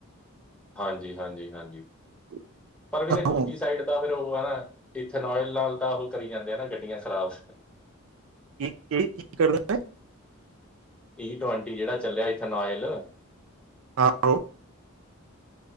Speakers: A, in the centre; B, on the right.
A: ਹਾਂਜੀ-ਹਾਂਜੀ-ਹਾਂਜੀ,
B: <inaudible>
A: ਪਰ ਵੀ
B: ਆਹੋ
A: ਤੇ ਦੂਜੀ ਸਾਈਡ, ਤਾਂ ਫ਼ਿਰ ਉਹ ਹਨਾ, ਇੱਥੇ ਨੋਇਲ ਨਾਲ ਤਾਂ ਉਹ ਕਰੀ ਜਾਂਦੇ ਆ ਨਾ ਗੱਡੀਆਂ ਖਰਾਬ।
B: ਕੀ ਕੀ ਕਰਨਾ,
A: ਈ ਟਵੰਟੀ ਜਿਹੜਾ ਚੱਲਿਆ ਇਥੇਨੋਇਲ
B: ਆਹੋ
A: <inaudible>